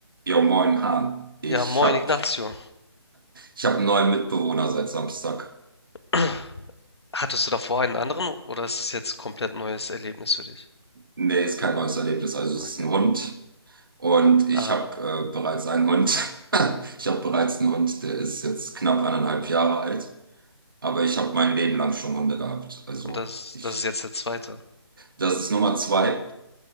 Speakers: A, on the right (about 50°); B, on the left (about 65°).
A: Jo, moin, Hahn. Ich
B: Ja, moin
A: hab,
B: Ignacio.
A: ich hab einen neuen Mitbewohner seit Samstag.
B: <clears throat> Hattest du davor einen anderen oder ist es jetzt komplett neues Erlebnis für dich?
A: Nee, ist kein neues Erlebnis. Also es
B: Okay.
A: ist ein Hund und ich
B: Ah,
A: hab äh, bereits einen Hund. <laughs> Ich hab bereits einen Hund, der ist jetzt knapp eineinhalb Jahre alt. Aber ich hab mein Leben lang schon Hunde gehabt. Also
B: und das, ist-
A: ich,
B: das ist jetzt der zweite.
A: das ist Nummer zwei.